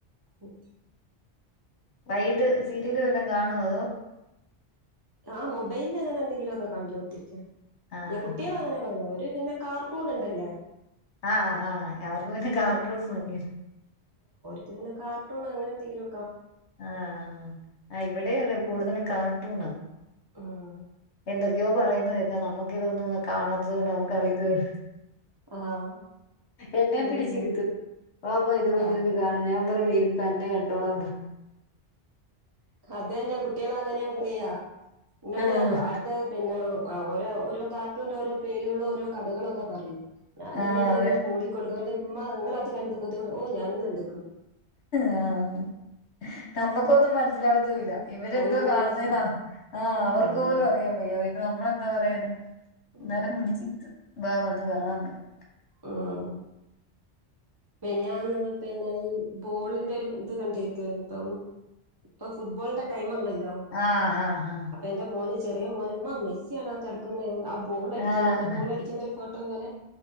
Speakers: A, on the right; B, on the left.
A: ഉം
B: വൈയിട്ട് സീരീല് വല്ലതും കാണുവോ അതോ
A: ആഹ് മൊബൈലി അങ്ങനെ എന്തെങ്കിലും ഒക്കെ കണ്ടു കുത്തിരിക്കും
B: ആഹ്
A: അല്ല കുട്ടികള് അങ്ങനെ <unintelligible> അവര് പിന്നെ കാർട്ടൂൺ ഇണ്ടല്ല
B: ആഹ് ആഹ് അവർക്ക് പിന്നെ കാർട്ടൂൺ മതി
A: അത് പിന്നെ കാർട്ടൂൺ അങ്ങനെ എന്തെങ്കിലു
B: ആഹ് ആഹ് ഇവടേം അതെ കൂടുതലും കാർട്ടൂണാ
A: ആഹ്
B: എന്തൊക്കെയോ പറയുന്നേ കേക്കാ നമ്മക്ക് ഇതൊന്നും കാണാത്തത് കൊണ്ട് നമുക്ക് അറിയത്ത് വേ
A: ആഹ്
B: എന്നേം
A: പിന്നെ
B: പിടിച്ചിര്ത്തും വാ അമ്മ ഇത് വന്നിരുന്ന്
A: ആഹ്
B: കാണ് ഞാൻ പറയും ഇരുന്ന് തന്നെ കണ്ടോളാന്ന്
A: അതെന്നെ കുട്ടികള് അങ്ങനെയാ പറയാ എന്നോട്
B: ആഹ്
A: അടുത്ത പിന്നോ ഓല് ഓരോ കാർട്ടൂന്റെ ഓരോ പേരുകളും ഓരോ കഥകളും ഒക്കെ പറയും ഞാൻ
B: ആഹ്
A: എല്ലാത്തിനും
B: അതെ
A: ഇങ്ങനെ മൂളി കൊടുക്കും ഇമ്മാ നിങ്ങളത് കണ്ട്ക്കൊ ഓ ഞാനും കണ്ട്
B: ആഹ്‌ നമുക്കൊന്നും മനസ്സിലാവത്തുവില്ല ഇവരെന്തോ
A: ഒന്നും
B: കാണുന്നത്
A: മനസ്സിലാ
B: ആഹ് അവർക്ക്
A: ആഹ്
B: പോലും അറിയാൻ വയ്യ നമ്മളെന്താ പറിണെ ന്നാലും
A: ഉം
B: പിടിച്ചി രിത്തും വാ വന്ന് കാണാം പറിം.
A: ആഹ് മിനിഞ്ഞാന്ന് <unintelligible> ബോളിൻ്റൊരു ഇത് കണ്ടേക്കാണ്‌ ട്ടോ ഇപ്പം ഫുട്ബോളിന്റെ ടൈം മാണല്ലോ
B: ആഹ് ആഹ്
A: അപ്പൊ എന്റെ മോന് ച് ചെറിയ മോന് ഇമ്മ മെസ്സ്യാ ണാ കടക്ക്ന്നേ ആ ബോളടിക്കുന്നേനെ
B: ആഹ്
A: ബോളടിക്കുന്നൊരു ഫോട്ടോ പോലെ